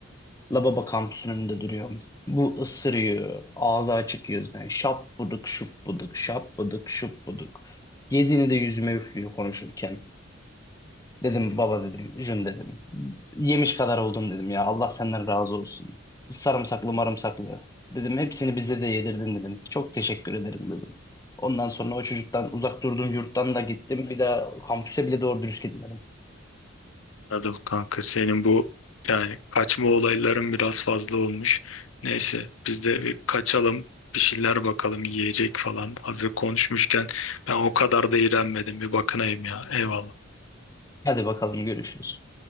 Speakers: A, on the left; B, on the left.
A: Lababa kampüsünün önünde duruyorum. Bu ısırıyor ağzı açık yüzden şap buduk şup buduk şap buduk şup buduk. Yediğini de yüzüme üflüyor konuşurken. Dedim baba dedim, Jün dedim. Yemiş kadar oldum dedim ya. Allah senden razı olsun. Sarımsaklı marımsaklı. Dedim hepsini bize de yedirdin dedim. Çok teşekkür ederim dedim. Ondan sonra o çocuktan uzak durduğum yurttan da gittim. Bir daha kampüse bile doğru dürüst gitmedim.
B: Anladım kanka senin bu yani kaçma olayların biraz fazla olmuş. Neyse biz de bir kaçalım bir şeyler bakalım yiyecek falan. Hazır konuşmuşken ben o kadar da iğrenmedim bir bakınayım ya eyvallah.
A: Hadi bakalım görüşürüz.